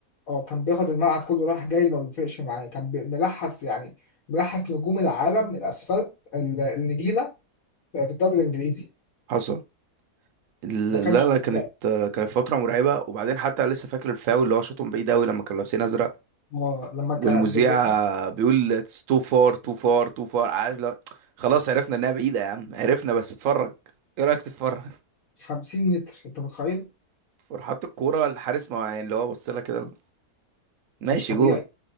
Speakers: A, on the left; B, on the right.
A: اه كان بياخد الملعب كله راح جاي ما بيفرقش معاه كان بي- ملحس يعني ملحس نجوم العالم الاسفلت ال- النجيله في في الدوري الانجليزي
B: حصل لا
A: ما كانش
B: لا
A: طبيعي
B: كانت كانت فترة مرعبة وبعدين حتى لسه فاكر الفاول اللي هو شاطهم بعيد قوي لما كانوا لابسين ازرق
A: اه لما
B: والمذيع
A: كان بي- بي-
B: بيقول تو فار تو فار تو فار عارف لا خلاص عرفنا انها بعيدة يا عم عرفنا بس اتفرج ايه رأيك تتفرج
A: 50 متر انت متخيل
B: وراح حاطط الكورة الحارس ما يعني اللي هو بص لها كده ماشي
A: مش طبيعي
B: جون